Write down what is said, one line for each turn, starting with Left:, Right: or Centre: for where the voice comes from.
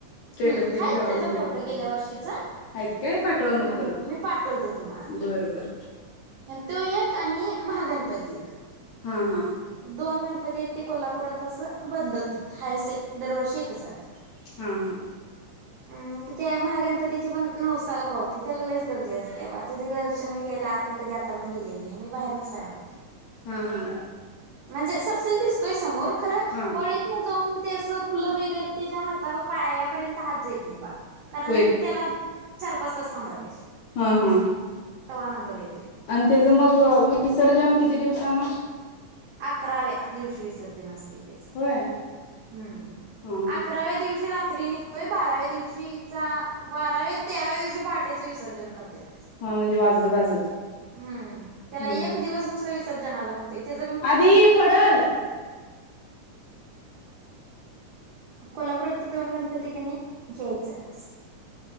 Left: स्टेटस
Right: हम् आहेतच
Left: तेन ठेवा
Right: त्याचा
Left: म्हणजे
Right: फोटो
Left: बघतो
Right: गेल्या वर्षीचा
Left: आहेत काय पाठवा मग
Right: हम्
Left: परत
Right: मी पाठवतो तुम्हाला
Left: बर बर
Right: तुयक आणि महागणपती एक
Left: हा हा.
Right: दोन गणपती आहेत ते कोल्हापुरात असं बदलत हाय असे दरवर्षी एकच राहतात
Left: हा हा
Right: हम कि त्या महागणपतीची पण नऊसाला पावती त्याला लईच गर्दी असते आता ज दर्शन मी गेयला आज ना कधी आता पण गेलेली नाही मी बाहेरनच पाहा फघते
Left: हम्म हम्
Right: म्हणजे सबसिडी दिसतोय समोर खर
Left: हा
Right: वळीतनं जाऊन ते असं फुलं वैगैरे त्याच्या हाताव पायापर्यंत हात जाईत नाही बा कारण
Left: होय
Right: त्याला चार पाच तास थांभाय पाहिजे
Left: हा हा
Right: तवा नंबर येत
Left: आणि त्याच मग विसर्जन किती दिवसान
Right: अकराव्या दिवशी विसर्जन असतय त्याच
Left: होय
Right: हम्म
Left: हा हा
Right: अकराव्या दिव दिवशी रात्री निघतोय बारा्व्या दिव कीचा बारावी तेराव्या दिवशी पहाटेच विसर्जन करत्यात
Left: हा म्हणजे वाजत गाजत
Right: हम्म त्याला
Left: हम्म हम्म.
Right: एक दिवस नुसत विस ज्यांना लागते तेच
Left: आधी पडल
Right: कोल्हापुरात ते दोन गन प्रत्येकाने यायचंय अस